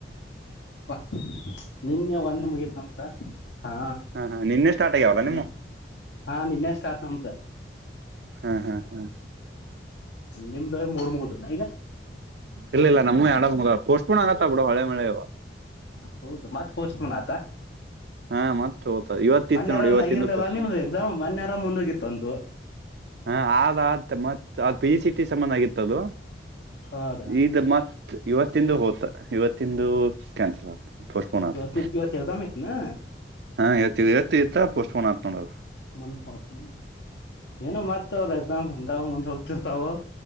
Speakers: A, on the left (about 80°); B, on the right (about 65°).
A: ಹ್ಮ <inaudible> ನಿನ್ನೆ ಒಂದ ಮುಗತ್ ನಮ್ದು ಹಾ
B: ಹಾ ನಿನ್ನೆ ಸ್ಟಾರ್ಟ್ ಆಗ್ಯಾವಲ್ಲ
A: ಹ್ಮ
B: ನಿಮ್ಮು
A: ಹಾ ನಿನ್ನೆ ಸ್ಟಾರ್ಟ್. ನಮ್ದ
B: ಹ್ಮ್ ಹಾ ಹ್ಮ್
A: ನಿಮ್ದ ಮೂರ್ ಮುಗುದು ಈಗ
B: ಇಲ್ಲ ಇಲ್ಲ ನಮ್ಮ ಎರಡ ಮುಗ್ಧವ. ಓಪನ್ ಆಗತಾವ ಬಿಡ ಇವ ಹೊಳ್ಳಿಮಳ್ಳಿ ಇವ.
A: ಹೌದು ಮತ್ ಪೋಸ್ಟ್ ಪೋನ್ ಆತ
B: ಹಾ ಮತ್ ಹೋತ ಇವತ್ತಿತ್ತು
A: ಮೊನ್ನೆ ಆರ
B: ನೋಡಿ
A: ಒಂದ
B: ಇವತ್ತಿಂದ
A: ಆಗಿರ್ಲಲ್ಲ
B: ಪೋಸ್ಟ್ಪೋನ್
A: ನಿಮ್ದ ಎಕ್ಸಾಮ್ ಮೊನ್ನೆ ಆತ ಅದ ಮುಂದೋಗಿತ್ತು ಒಂದು
B: ಹಾ ಆದ ಮತ್ ಆ ಪಿ ಜಿ ಸಿಟಿ ಸಮಂದ ಆಗಿತ್ತದು.
A: ಹೌದಾ
B: ಈದ ಮತ ಇವತ್ತಿಂದ ಹೋತ ಇವತ್ತಿಂದು ಕ್ಯಾನ್ಸಲ್ ಆತ. ಪೋಸ್ಟ್ಪೋನ್ ಆತ
A: ಇವತ್ತ ಇತ್ತ ಇವತ್ತ ಎಕ್ಸಾಮ್ ಇತ್ತ ಏನ.
B: ಹಾ ಇತ್ತ ಇವತ್ತ ಇತ್ತ ಪೋಸ್ಟ ಪೊನ್ ಆತ್ ನೋಡ ಅದ.
A: ಒನ್ಫೋತ್ ಮ <inaudible> ಏನೋ ಮತ್ತ ಅವ್ರ. ನಾವ ಹಂಗ ಮುಂದ್ ಹೋಗ್ತಿರ್ತಾವ.